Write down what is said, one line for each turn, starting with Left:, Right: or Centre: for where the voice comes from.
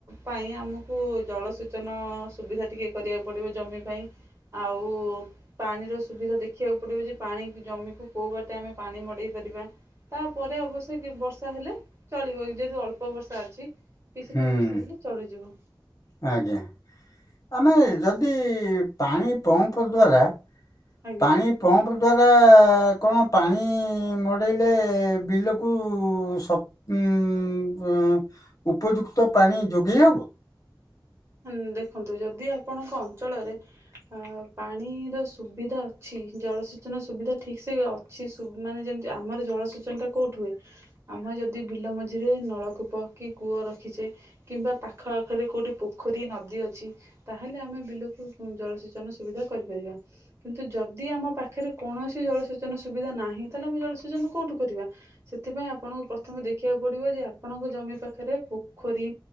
Right: ପାଇଁ ଆମକୁ ଜଳସେଚନ ସୁବିଧା ଟିକେ କରିବାକୁ ପଡ଼ିବ ଜମି ପାଇଁ, ଆଉ ପାଣିର ସୁବିଧା ଦେଖିବାକୁ ପଡିବ ଯେ ପାଣି ଜମିକୁ କୋଉ ବାଟେ ଆମେ ପାଣି ମଡେଇ ପାରିବା। ତାପରେ ଅବଶ୍ୟ ବର୍ଷା ହେଲେ ଚଳିବ, ଯେହେତୁ ଅଳ୍ପ ବର୍ଷା ଅଛି କିଛିଟା
Left: ହୁଁ
Right: ବର୍ଷା ହେଲେ, ଚଳିଯିବ <unintelligible>
Left: ଆଜ୍ଞା! ଆମେ ଯଦି ପାଣି ପମ୍ପ ଦ୍ଵାରା
Right: ଆଜ୍ଞା।
Left: ପାଣି, ପମ୍ପ ଦ୍ୱାରା କଣ ପାଣି ମଡ଼େଇଲେ ବିଲକୁ ସ ଉଁ ଉପଯୁକ୍ତ ପାଣି ଯୋଗେଇ ହବ?
Right: ହ ଦେଖନ୍ତୁ ଯଦି ଆପଣଙ୍କ ଅଞ୍ଚଳରେ, ଅ ପାଣିର ସୁବିଧା ଅଛି। ଜଳସେଚନ ସୁବିଧା ଠିକ ସେ କିଛି ମାନେ ଯେମିତି ଆମର ଜଳସେଚନ ଟା କୋଉଠି ହୁଏ? ଆମେ ଯଦି ବିଲ ମଝିରେ ନଳକୂପ କି କୂଅ ରଖିଛେ, କିମ୍ବା ପାଖ ଆଖରେ କୋଉଠି ପ <unintelligible> ପୋଖରୀ ନଦୀ ଅଛି, ତାହେଲେ ଆମେ ବିଲକୁ ଜଳସେଚନ ସୁବିଧା କରିପାରିବା। କିନ୍ତୁ ଯଦି ଆମ ପାଖରେ କୌଣସି ଜଳସେଚନ ସୁବିଧା ନାହିଁ, ତାହେଲେ ଆମେ ଜଳସେଚନ କୋଉଠୁ କରିବା। ସେଥିପାଇଁ ଆପଣଙ୍କୁ ପ୍ରଥମେ ଦେଖିବାକୁ ପଡ଼ିବ ଯେ, ଆପଣଙ୍କ ଜମି ପାଖରେ ପୋଖରୀ,